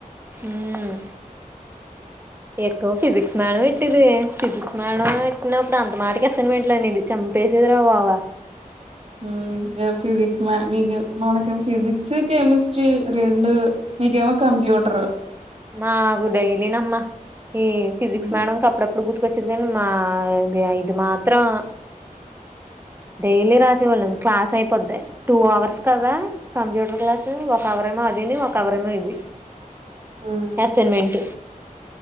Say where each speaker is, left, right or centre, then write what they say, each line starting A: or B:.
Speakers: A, on the right; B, on the right.
A: మ్మ్ ఎక్కువ ఫిజిక్స్ మేడం ఎట్టేదే ఫిజిక్స్ మేడం ఎట్టినప్పుడు అంత మాటకి అసైన్మెంట్లు అనేది చంపేసేది రా బావా
B: మ్మ్ ఫిజిక్స్ మ మీక మనకేమో ఫిజిక్స్ కెమిస్ట్రీ రెండు మీకేమో కంప్యూటర్
A: మాగుడైలీనమ్మ ఈ ఫిజిక్స్
B: ఉమ్
A: మేడం కప్పుడప్పుడు గుర్తు వచ్చిద్ధిగని మా ఇ ఇది మాత్రం డేలీ రాసేవాళ్ళం క్లాస్ అయిపోద్ధి టూ అవర్స్ కదా కంప్యూటర్ క్లాస్ ఒక అవర్ ఏమో అదిని ఒక అవర్ ఏమో ఇది
B: ఉమ్
A: అసైన్మెంటు